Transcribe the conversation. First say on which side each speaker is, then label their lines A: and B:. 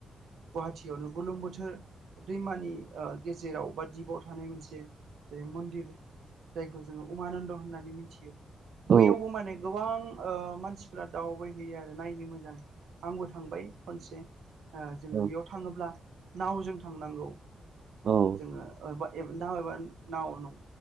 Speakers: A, on the right; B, on the right.
A: गुवाहाटिीयावनो बुलोम बोथोर दैमानि गेजेराव बा दिपआव थानाय मोनसे जेरै मन्दिर जायखौ जोङो उमानन्द होननानै मिथियो
B: औ
A: बैयावबो माने गोबां मानसिफोरा दावबायहैयो आरो नायनो मोजां आंबो थांबाय खनसे जोङो
B: औ
A: बेयाव थाङोब्ला नावजों थांनांगौ
B: औ
A: जोङोा नाबा नावनं